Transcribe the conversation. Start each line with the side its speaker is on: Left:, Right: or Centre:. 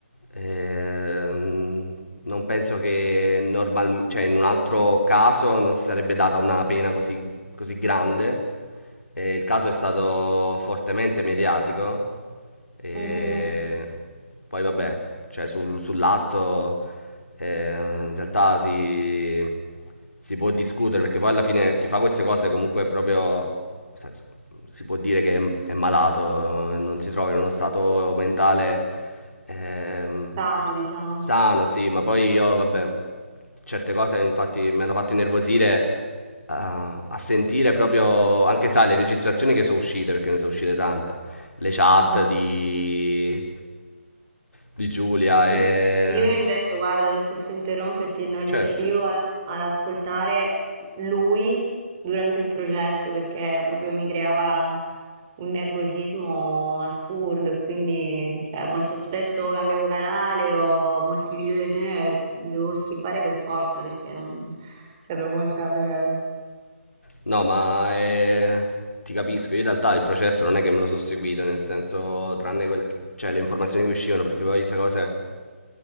Left: Ehm, non penso che normal- cioè, in un altro caso non si sarebbe data una pena così così grande. E il caso è stato fortemente mediatico. E
Right: mhm.
Left: poi vabbè, cioè sul- sull'atto eh, in realtà si, si può discutere perché poi alla fine chi fa queste cose comunque è proprio, nel senso, si può dire che è, è malato, eh, non si trova in uno stato mentale ehm,
Right: Lontano, diciamo.
Left: sano, sì, ma poi io vabbè, certe cose infatti mi hanno fatto innervosire a, a sentire proprio anche, sai, le registrazioni che sono uscite, perché ne sono uscite tante, le chat
Right: Ah-ah.
Left: di, di Giulia e...
Right: I io invece guarda, se posso interromperti, non riuscivo
Left: Certo.
Right: a ad ascoltare lui durante il processo perché proprio mi creava un nervosismo assurdo e quindi, cioè, molto spesso cambiavo canale o molti video del genere li dovevo skippare per forza perché non cioè, proprio non ce la facevo.
Left: No, ma eh, ti capisco. Io in realtà il processo non è che me lo sono seguito, nel senso, tranne quel- cioè, le informazioni che uscivano, perché poi queste cose.